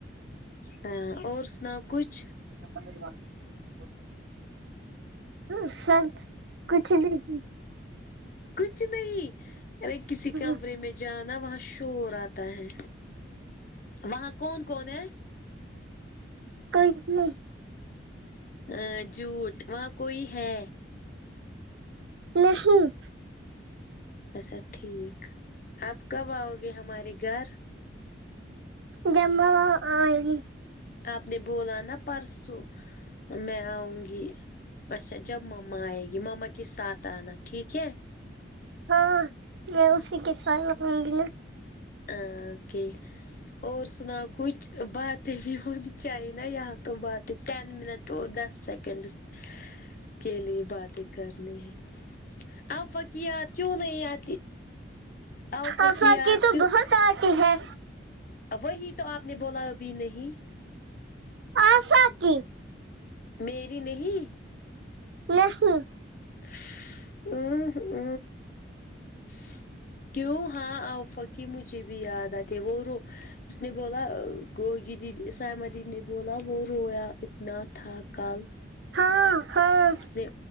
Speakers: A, on the left; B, on the right.
A: ہاں اور سناؤ کچھ
B: <inaudible> تو سب کچھ نہیں
A: کچھ نہیں ارے کسی
B: ہاں
A: کمرے میں جانا وہاں شور آتا ہے وہاں کون کون ہے
B: کوئی نہیں
A: ہاں جوٹ وہاں کوئی ہے
B: نہیں
A: اچھا ٹھیک آپ کب آؤ گے ہمارے گھر
B: جب میں وہاں آونگی
A: آپ نے بولا نا پرسوں میں آؤں گی اچھا جب مما آئے گی مما کے ساتھ آنا ٹھیک ہے
B: ہاں میں اسی کے ساتھ رھوں گی نا
A: ہ اوکے اور سنا کچھ باتیں بھی ہونی چاہی نا یہاں تو باتیں ٹین منٹ تو دس سیکنڈس کے لیے باتیں کرنی ہے اوفق کی یاد کیوں نہیں آتی آفا
B: اوفق
A: یاد
B: کی تو بہت آتی ہے
A: اب وہی تو آپ نے بولا ابھی نہیں
B: آفق کی
A: میری نہیں
B: نہیں
A: ش ام ہ ش کیوں ہاں آوفق کی مجھے بھی یاد آتی وہ رو اس نے بولا گوگی دید سایمہ دیدی نے بولا وہ رویا اتنا تھا کل
B: ہاں ہاں
A: اس نے